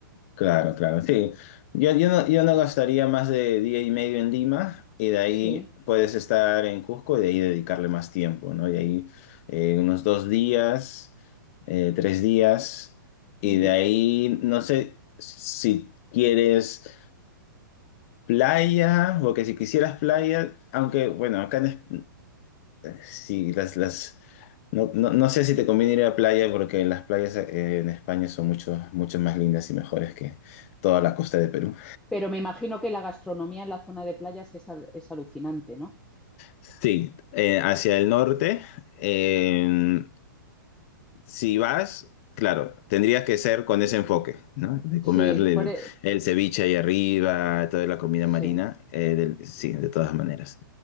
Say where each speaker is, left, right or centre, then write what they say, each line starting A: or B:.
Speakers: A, on the left; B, in the centre.
A: Claro, claro, sí. Yo, yo no, yo no gastaría más de día y medio en Lima y de ahí
B: Sí.
A: puedes estar en Cusco y de ahí dedicarle más tiempo, ¿no? Y ahí eh, unos dos días, eh, tres días y
B: Ujú.
A: de ahí no sé si quieres playa, porque si quisieras playa, aunque bueno, acá en, Sí, las, las, no, no, no sé si te conviene ir a la playa porque las playas eh, en España son mucho, mucho más lindas y mejores que toda la costa de Perú.
B: Pero me imagino que la gastronomía en la zona de playas es, al- es alucinante, ¿no?
A: Sí, eh, hacia el norte, eh, si vas, claro, tendrías que ser con ese enfoque, ¿no? De comerle
B: Sí,
A: el,
B: por, e-
A: el ceviche ahí arriba, toda la comida
B: sí.
A: marina, eh, del- sí, de todas maneras.